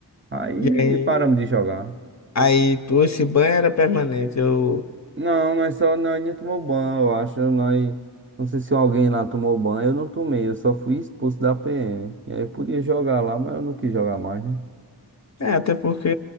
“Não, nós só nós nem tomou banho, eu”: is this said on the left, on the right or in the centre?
Right